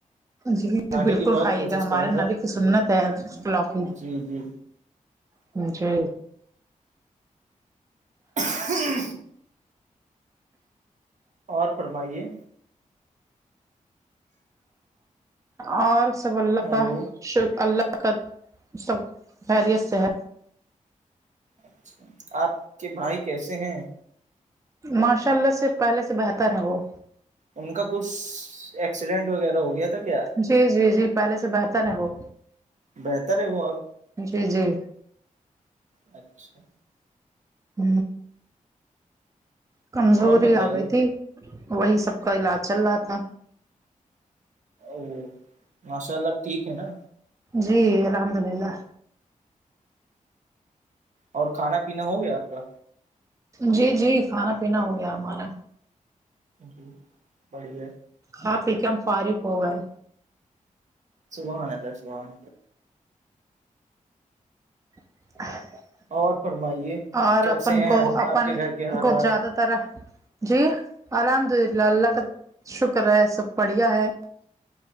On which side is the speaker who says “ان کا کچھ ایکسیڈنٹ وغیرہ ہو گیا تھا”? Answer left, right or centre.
Right